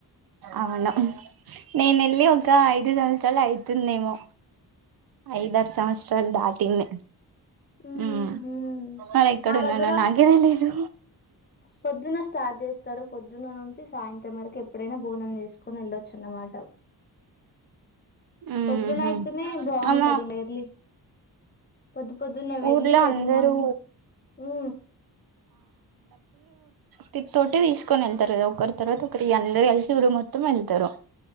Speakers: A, on the right; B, on the left.
A: అవును నేను ఎళ్ళి ఒక ఐదు సంవత్సరాలు ఐతుందేమో ఐదారు సంవత్సరాాల దాటింది
B: మ్హ్హ్
A: ఉమ్ మరి ఎక్కడున్నానో
B: మా దగ్గర
A: నాకే తెలీదు
B: పొద్దున్న స్టార్ట్ చేస్తారు పొద్దున్న నుంచి సాయంత్రం వరకు ఎప్పుడైనా బోనం చేసుకొని వెళ్ళొచ్చు అన్నమాట
A: ఉహు
B: పొద్దున అయితేనే బాగుంటది
A: అమ్మ
B: ఇకార్లీ పొద్దు పొద్దున వెళ్ళి
A: ఊర్లో
B: అర్లీ
A: అందరూ
B: మార్నింగ్ ఉ
A: తి తతోటి తీసుకొని వెళ్తారు అద ఒకరి తర్వాత ఒకరు వీరు అందరు కలిసి ఊరు మొత్తం వెళ్తారు